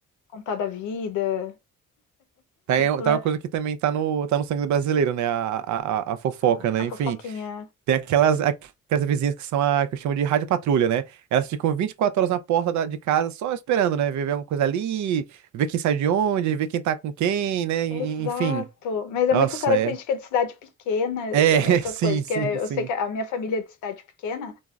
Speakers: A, on the left; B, on the right.
A: contar da vida,
B: Tá, aí-
A: la-
B: tá uma coisa que também tá no, tá no sangue do brasileiro, né? A, a, a a fofoca,
A: a
B: né?
A: a
B: Enfim.
A: fofoquinha.
B: Tem aquelas, aquelas vizinhas que são a que eu chamo de rádio patrulha, né? Elas ficam 24 horas na porta da- de casa só esperando, né? Ver ver alguma coisa ali, ver quem sai de onde, ver quem tá com quem, né? En-
A: Exato.
B: Enfim.
A: Mas é
B: Nossa,
A: muito característica
B: é.
A: de cidade pequena,
B: É,
A: eh,
B: <laughs>
A: essas
B: sim,
A: coisas, porque
B: sim,
A: eu
B: sim.
A: sei que a minha família é de cidade pequena.